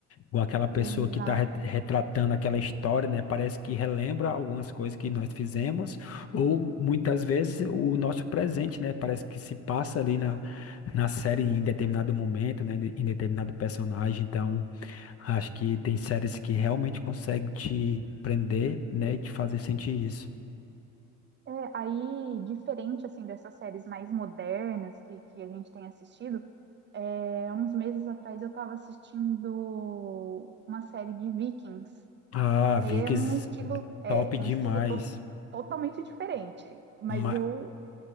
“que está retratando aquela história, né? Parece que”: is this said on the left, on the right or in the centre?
Left